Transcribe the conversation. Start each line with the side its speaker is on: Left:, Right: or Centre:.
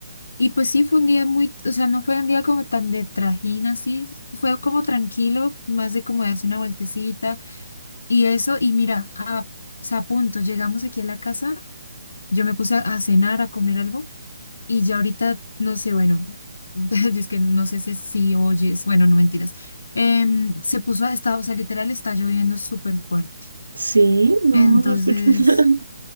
Left: Y pues sí fue un día muy, o sea, no fue un día como tan de trajín así. Fue como tranquilo, más de como darse una vueltecita y eso. Y mira, a, o sea, a punto, llegamos aquí a la casa. Yo me puse a a cenar, a comer algo. Y ya ahorita, no sé, bueno, <laughs> es que no sé si, es- si oyes, bueno, no mentiras. Em, se puso, a- está, o sea, literal está lloviendo súper fuerte.
Right: Sí, no,
Left: Entonces,
Right: no escucho <laughs> nada.